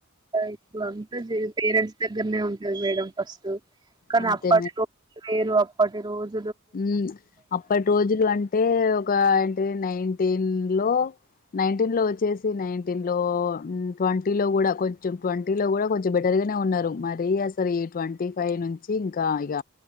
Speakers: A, on the right; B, on the left.
A: ఇప్పుడు అంతా జే పేరెంట్స్ దగ్గరనే ఉంటది మేడం ఫస్ట్ కానీ
B: అంతే
A: అప్పటి రోజులు వేరు అప్పటి రోజు
B: ఉ అప్పటి రోజులు అం టే ఒక ఏంటి నైన్టీన్ లో నైన్టీన్ లో వచ్చేసి నైన్టీన్ లో మ్ ట్వంటీ లో కూడా కొంచెం ట్వంటీ లో కూడా కొంచెం బెటర్గా నే ఉన్నారు మరి అసలు ఈ ట్వంటీ ఫైవ్ నుంచి ఇంకా ఇగ